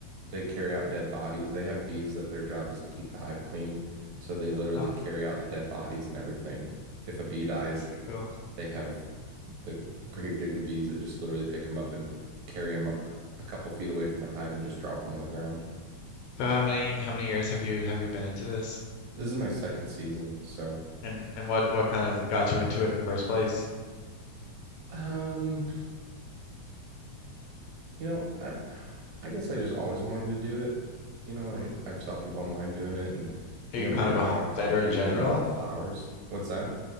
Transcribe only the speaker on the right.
they carry out dead bodies. They have bees that their job is to keep the hive clean. So they literally
carry out the dead bodies and everything. If a bee dies,
they have the gravedigger bees that just literally pick them up and carry them a couple feet away from the hive and just drop them on the ground.
This is my second season, so
um, you know, I, I guess I just always wanted to do it. You know,
I I saw people online doing it, and
we
have
a good
amount
of property
and a lot of flowers. What's that?